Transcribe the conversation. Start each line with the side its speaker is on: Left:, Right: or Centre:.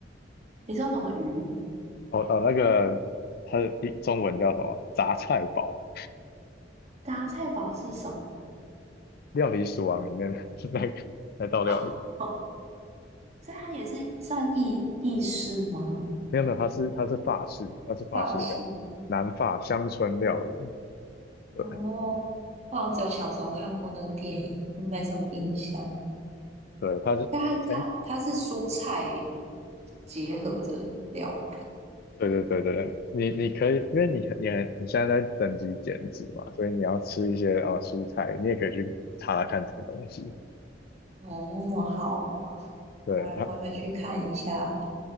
Right: 你说什么鱼？
Left: 哦哦那个它的中文叫什么？杂菜煲。
Right: 杂菜煲是什么？
Left: 料理鼠王里面的 <laughs> 那个那道料理，
Right: 哦哦，所以它也是算意意式吗？
Left: 没有没有，它是它是法式，它是法式的料理，
Right: 法式。
Left: 南法乡村料理。
Right: 哦，
Left: 对
Right: 哦，我好像只有小时候看过那个电影，没什么印象。
Left: 对，它是，
Right: 但它它它是蔬菜
Left: 哎，
Right: 结合的料。
Left: 对对对对，你你可以，因为你你很你现在在增肌减脂嘛，所以你要吃一些啊、呃蔬菜，你也可以去查查看这个东西。
Right: 哦，好好，
Left: 对，
Right: 我我回去看一下
Left: 它